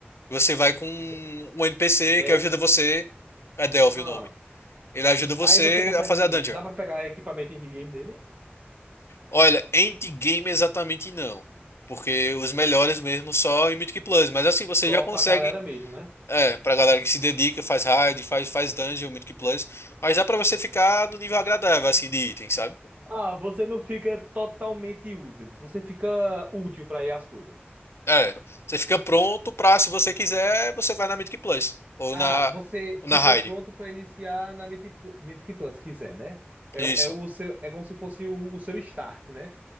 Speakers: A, on the left; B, on the right.
A: Você vai com
B: De-
A: um NPC
B: Deu.
A: que ajuda você. É Delve
B: Ah.
A: o nome. Ele ajuda você
B: Aí você consegue.
A: a fazer a dungeon.
B: Dá pra pegar equipamento endgame dele?
A: Olha, endgame exatamente não. Porque os melhores mesmo só em Mythic Plus. Mas assim, você
B: Só
A: já consegue.
B: com a galera mesmo, né?
A: É, pra galera que se dedica, faz raid, faz, faz dungeon, Mythic Plus. Mas dá pra você ficar no nível agradável, assim, de item, sabe?
B: Ah, você não fica totalmente useless, você fica útil pra ir às coisas.
A: É. Você fica pronto pra, se você quiser, você vai na Mythic Plus. Ou
B: Ah,
A: na,
B: você
A: ou na
B: fica
A: raid.
B: pronto para iniciar na Mythic, Mythic Plus, se quiser, né? É,
A: Isso.
B: é, o seu, é como se fosse o, o seu start, né?